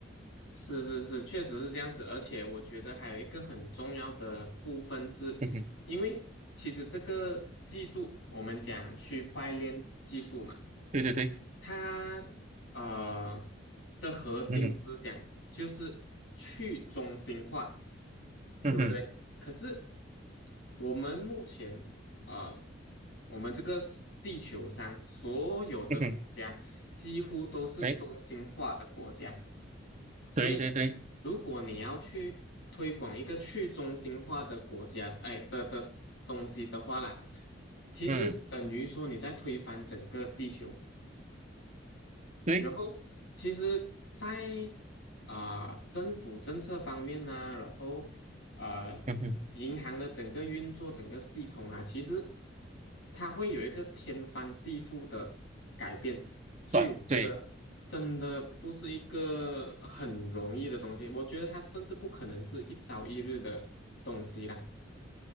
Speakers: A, on the left; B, on the right.
A: 是是是，确实是这样子。而且我觉得还有一个很重要的部分是，
B: 嗯哼，
A: 因为其实这个技术，我们讲区块链技术嘛。
B: 对对对，
A: 它呃的核心思想就是去中心化，
B: 嗯哼，嗯哼，
A: 对不对？可是我们目前啊、呃，我们这个是地球上所有的国家几乎都是中心化的国家，
B: 嗯哼，对
A: 所以
B: 对对对，
A: 如果你要去推广一个去中心化的国家，哎的的东西的话啦，其实等于说你在推翻整个地球。
B: 嗯对，
A: 然后其实在，啊政府政策方面呢、然后呃
B: 嗯哼，
A: 银行的整个运作、整个系统啊，其实它会有一个天翻地覆的改变，所以我觉得真的不是一个很容易的东西，
B: 短对
A: 我觉得它甚至不可能是一朝一日的东西啦。